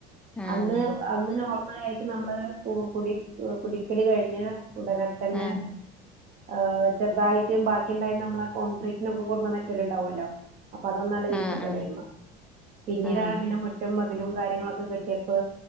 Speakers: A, in the centre; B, on the right.
A: ആഹ്
B: അന്ന് അന്നെനോറം മഴ അയിട്ട് നമ്മള് കു കുടി കുടിര്ക്കല് കഴിഞ്ഞ് ഉടനെ തന്നെ
A: ആഹ്
B: ഏ ചെറുതായിട്ട് ബാക്കിണ്ടായിന നമ്മള കോൺക്രീറ്റിനൊക്കെ കൊട്ന്ന മെറ്റൽണ്ടാവൊല്ലോ അപ്പൊ അതൊണ്ടണ് വിര്ച്ചിട്ടതേമ്മ
A: ആഹ് ആഹ്
B: പിന്നീടാണ്
A: ആഹ്
B: പിന്നെ മുറ്റം മൊ ഇതിലും കാര്യങ്ങളൊക്കെ കെട്ടിയപ്പോ